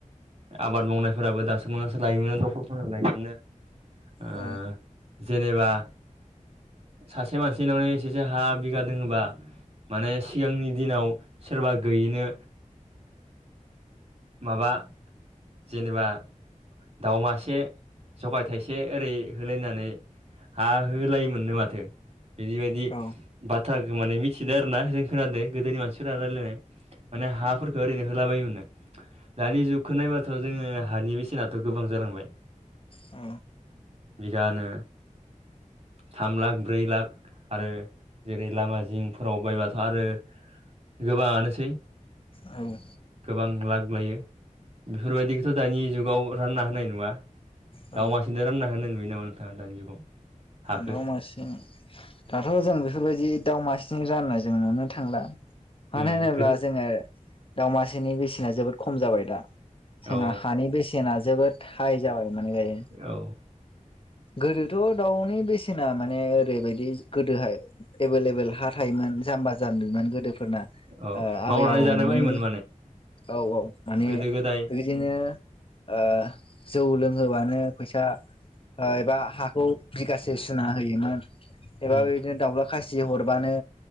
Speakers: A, on the right; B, on the left.
A: आबाद मावनायफोराबो दासोमो सोलायोमोन दखरफोरा लायफिननो। ओ
B: औ
A: जेनेबा सासे मानसिनावनो एसे एसे हा बिघा दोङोबा माने सिगांनि दिनाव सोरबा गैयिनो माबा जेनेबा, दाउ मासे जगाय थाइसे ओरै होलायनानै हा होलायोमोननो माथो बिदि बायदि
B: औ
A: बाथ्रा गोमानाय मिथिदों आरोना जों खोनादों गोदोनि मानसिफोरा रायलायनाय माने हाफोरखौ ओरैनो होलाबायो मोननो। दानि जुगखौ नायबाथ' जोङो हानि बेसेनाथ' गोबां जालांबाय।
B: औ।
A: बिघानो थाम लाख ब्रै लाख आरो जेरै लामा जिंफोराव बायबाथ' आरो गोबाङानोसै।
B: औ।
A: गोबां लाग लायो बेफोरबायदिखौथ' दानि जुगाव रानना होनाय नुवा।
B: औ
A: दाव मासेजों रानना होनना नुयो नामा नोंथाङा दानि जुगाव। हाखो
B: दाव मासे दाथ' जों बेफोरबायदि दाव मासेजों राननाय जों नुनो थांला। मानो
A: ओ
B: होनोब्ला
A: गोदो
B: जोङो दावमासेनि बेसेना जोबोद खम जाबाय दा। जोंहा
A: औ
B: हानि बेसेना जोबोद हाइ जाबाय माने दायो।
A: औ
B: गोदोथ' दाउनि बेसेना माने ओरैबायदि गोदोहाय। एभलएभल हा थायोमोन जाम्बा जामबिमोन गोदोफोरना।
A: औ
B: ओ
A: मावनानै
B: आबै आबौ
A: जानो
B: माने
A: बायोमोन
B: औ औ माने
A: गोदो गोदाय
B: रि बिदिनो ओ जौ लोंहोबानो फैसा। ओ एबा हाखौ बिघासे सुना होयोमोन एबा
A: उम
B: बिदिनो दाउला खासि हरबानो